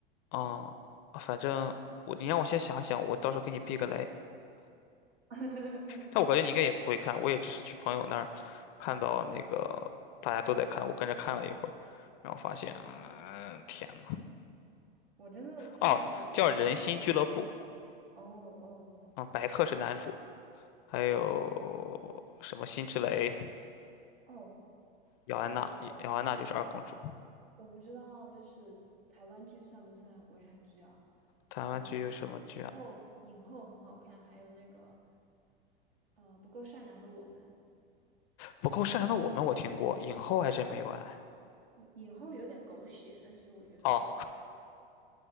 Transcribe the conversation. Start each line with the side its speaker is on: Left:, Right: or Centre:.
Left: 啊，反正我你让我先想想，我到时候给你避个雷。
Right: <laughs>
Left: 但我感觉你应该也不会看，我也只是去朋友那儿看到那个大家都在看，我跟着看了一会儿，然后发现，嗯，天呐，
Right: 我真的看的国产剧啊
Left: 哦，叫《人心俱乐部》
Right: 哦哦
Left: 啊、白客是男主，还有什么辛芷蕾、
Right: 哦，
Left: 姚安娜，
Right: 我不知道，
Left: 姚安娜就是二公主。
Right: 我不知道，就是台湾剧算不算国产剧啊？
Left: 台湾剧有什么剧？
Right: 我觉得影后影后很好看，
Left: 啊？
Right: 还有那个呃不够善良的我们，
Left: 不够善良的我们我听过，影后还真没有哎。
Right: 影影后有点狗血，但是我觉得是
Left: 哦，